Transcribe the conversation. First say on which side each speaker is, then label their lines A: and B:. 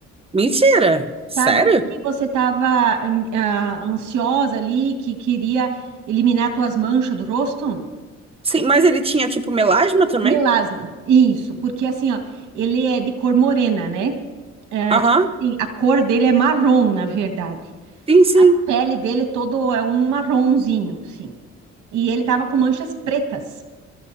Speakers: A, on the right; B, on the right.
A: Mentira. Sério?
B: Sabe que você estava ansiosa ali, que queria eliminar tuas manchas do rosto?
A: Sim, mas ele tinha tipo melasma também?
B: Melasma, isso, porque assim, ó, ele é de cor morena, né? É,
A: Aham.
B: tipo assim, a cor dele é marrom, na verdade.
A: Sim, sim.
B: A pele dele todo é um marronzinho, sim. E ele tava com manchas pretas.